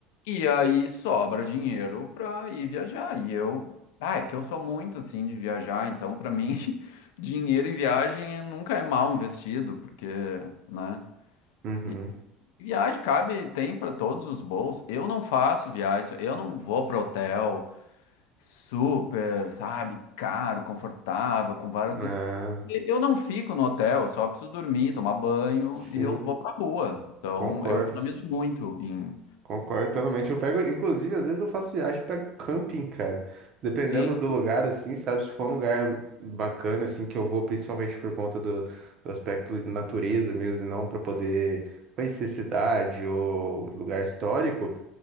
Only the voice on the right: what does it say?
uhum.
É,
sim,
concordo.
Concordo totalmente. Eu pego, inclusive, às vezes eu faço viagem e pego camping, cara. Dependendo
do lugar, assim, sabe? Se for um lugar bacana, assim, que eu vou, principalmente por conta do, do aspecto de natureza mesmo, e não para poder conhecer cidade ou lugar histórico,